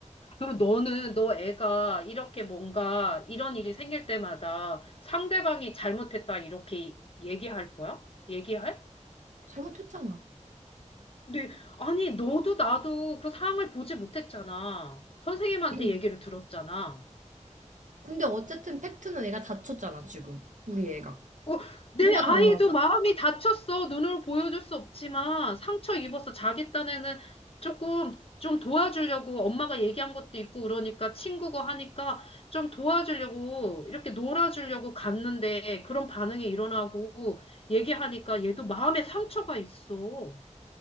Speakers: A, on the left; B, on the right.
A: 그럼 너는, 너 애가 이렇게 뭔가 이런 일이 생길 때마다 상대방이 잘못했다 이렇게 얘기할 거야? 얘기할?
B: 잘못했잖아.
A: 근데, 아니, 너도 나도 그 상황을 보지 못했잖아. 선생님한테
B: <clears throat>
A: 얘기를 들었잖아.
B: 근데 어쨌든 팩트는 애가 다쳤잖아, 지금. 우리 애가.
A: 어, 내
B: 뭐가
A: 아이도
B: 달라져?
A: 마음이 다쳤어. 눈으로 보여줄 수 없지만 상처 입어서 자기 딴에는 조금 좀 도와주려고 엄마가 얘기한 것도 있고 그러니까 친구고 하니까 좀 도와주려고 이렇게 놀아주려고 갔는데 그런 반응이 일어나고 얘기하니까 얘도 마음에 상처가 있어.